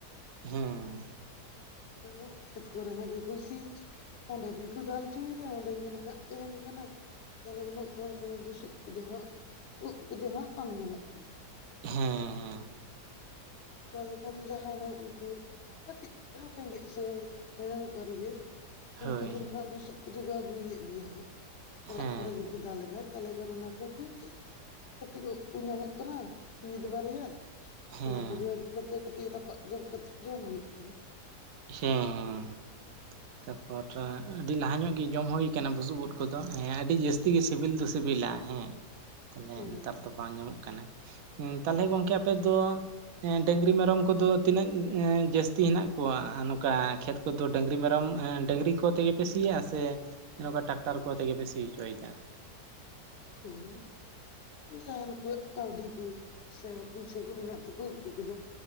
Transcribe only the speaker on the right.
ᱦᱮᱸᱦ------------᱾
ᱷᱮᱸᱦ ᱦᱮᱸ-ᱦᱮᱸ ᱾
ᱦᱳᱭ
ᱦᱮᱸ
ᱦᱮᱸ
ᱪᱷᱟ----ᱟ ᱯᱟᱦᱴᱟ ᱟᱹᱰᱤ ᱞᱟᱦᱟᱸ ᱧᱚᱜ ᱜᱮ ᱡᱚᱢ ᱦᱩᱭ ᱠᱟᱱᱟ ᱵᱩᱥᱩᱵ ᱩᱫ ᱠᱚᱫᱚᱸ ᱦᱮᱸ ᱟᱹᱰᱤ ᱡᱟᱹᱥᱛᱤ ᱜᱮ ᱥᱤᱵᱤᱞ ᱫᱚ ᱥᱤᱵᱤᱞᱟ ᱦᱮᱸ ᱾ ᱛᱟᱞᱦᱮ
ᱱᱮᱛᱟᱨ ᱫᱚ ᱵᱟᱝ ᱧᱟᱢᱚᱜ ᱠᱟᱱᱟ ᱦᱩᱸ, ᱛᱟᱞᱦᱮ ᱜᱚᱝᱠᱮ ᱟᱯᱮ ᱫᱚ ᱰᱟᱹᱝᱨᱤ ᱢᱮᱨᱚᱢ ᱠᱚᱫᱚ ᱛᱤᱱᱟᱹᱜ ᱡᱟᱹᱥᱛᱤ ᱦᱮᱱᱟᱜ ᱠᱚᱣᱟ? ᱚᱣᱟᱜ ᱱᱚᱝᱠᱟ ᱠᱷᱮᱛ ᱠᱚᱫᱚ ᱰᱟᱹᱝᱨᱤ ᱢᱮᱨᱚᱢ ᱰᱟᱹᱝᱨᱤ ᱠᱚᱛᱮ ᱜᱮ ᱯᱮ ᱥᱤᱭᱟ ᱥᱮ ᱱᱚᱠᱟ ᱴᱨᱟᱠᱴᱟᱨ ᱠᱚᱛᱮ ᱜᱮ ᱯᱮ ᱥᱤ ᱦᱪᱚᱭᱮᱜ-ᱟ?